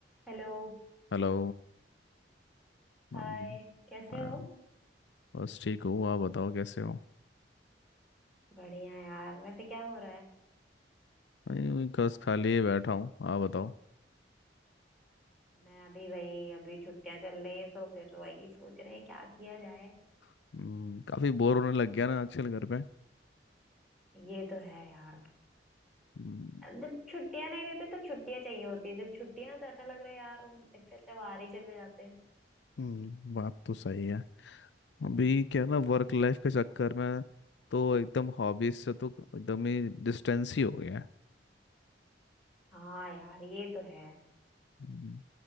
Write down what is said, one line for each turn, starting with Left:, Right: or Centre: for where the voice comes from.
Centre: हेलो
Left: Hello हाँ
Centre: हाय
Left: जी।
Centre: कैसे
Left: हाँ,
Centre: हो
Left: बस ठीक हूँ आप बताओ कैसे हो
Centre: बढ़िया यार वैसे क्या हो रहा है
Left: नहीं वही बस खाली ही बैठा हूँ आप बताओ
Centre: मैं अभी वही अभी छुट्टियां चल रही हैं तो फिर वही सोच रहे हैं क्या किया जाए
Left: हम्म, काफी बोर होने लग गया ना आजकल घर पे
Centre: ये तो है यार
Left: हम्म,
Centre: जब छुट्टियां नहीं रहती तो छुट्टियां चाहिए होती है जब छुट्टियां हैं तो ऐसा लग रहा है यार इससे अच्छा बाहर ही चले जाते हैं
Left: हम्म, बात तो सही है अभी क्या है ना वर्क लाइफ के चक्कर में तो एकदम हॉबीज से तो एकदम ही डिस्टेंस ही हो गया है
Centre: हाँ यार ये तो है
Left: हम्म,